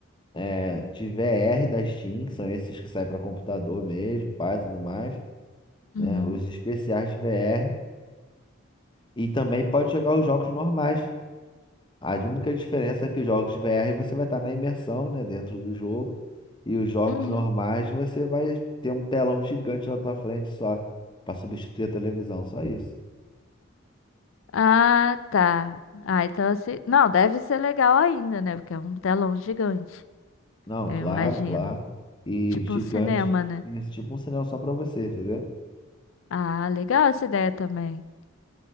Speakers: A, on the left; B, on the left.
A: é, de V R da Steam, que são esses que saem para computador mesmo, pai, tudo mais,
B: Uhum.
A: né? Os especiais de VR. E também pode jogar os jogos normais. A única diferença é que os jogos de VR você vai estar na imersão, né, dentro do jogo, e os jogos
B: Uhum.
A: normais você vai ter um telão gigante na tua frente só, para substituir a televisão, só isso.
B: Ah, tá. Ah, então assim. Não, deve ser legal ainda, né? Porque é um telão gigante,
A: Não,
B: eu
A: claro,
B: imagino.
A: claro. E
B: Tipo
A: gigante,
B: um cinema, né?
A: isso tipo um sinal só para você, entendeu?
B: Ah, legal essa ideia também.